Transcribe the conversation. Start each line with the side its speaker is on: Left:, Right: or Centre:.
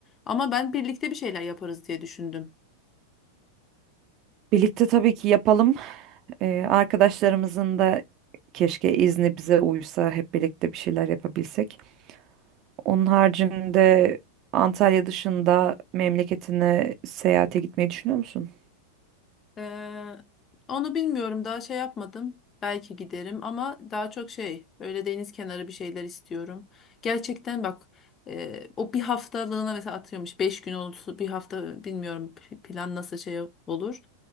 Left: Ama ben birlikte bir şeyler yaparız diye düşündüm.
Right: Birlikte tabii ki yapalım. Ee, arkadaşlarımızın da keşke izni bize uysa hep birlikte bir şeyler yapabilsek. Onun haricinde Antalya dışında memleketine seyahate gitmeyi düşünüyor musun?
Left: Ee, onu bilmiyorum daha şey yapmadım. Belki giderim ama daha çok şey böyle deniz kenarı bir şeyler istiyorum. Gerçekten bak e, o bir haftalığına mesela atıyormuş. Beş gün olsun bir hafta bilmiyorum p- plan nasıl şey olur.